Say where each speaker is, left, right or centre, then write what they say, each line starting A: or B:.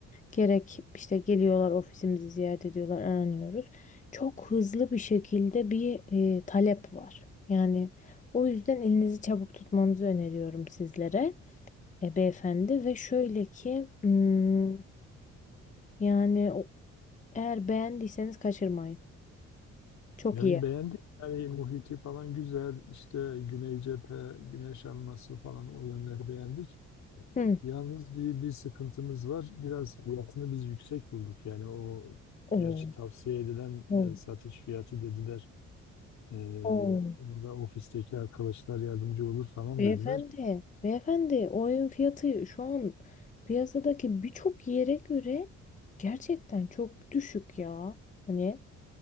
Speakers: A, on the left; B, on the left.
A: Gerek işte geliyorlar ofisimizi ziyaret ediyorlar, aranıyoruz. Çok hızlı bir şekilde bir e, talep var. Yani o yüzden elinizi çabuk tutmanızı öneriyorum sizlere e, beyefendi ve şöyle ki hmm, yani o- eğer beğendiyseniz kaçırmayın. Çok
B: Yani
A: iyi.
B: beğendik. Yani muhiti falan güzel. İşte Güney cephe, güneş alması falan o yönleri beğendik.
A: Hı.
B: Yalnız bir, bir sıkıntımız var. Biraz fiyatını biz yüksek bulduk. Yani o
A: Oo,
B: gerçi tavsiye edilen
A: oo,
B: e, satış fiyatı dediler. E,
A: oo.
B: onu da ofisteki arkadaşlar yardımcı olur falan
A: Beyefendi,
B: dediler.
A: beyefendi o evin fiyatı şu an piyasadaki birçok yere göre gerçekten çok düşük ya. Hani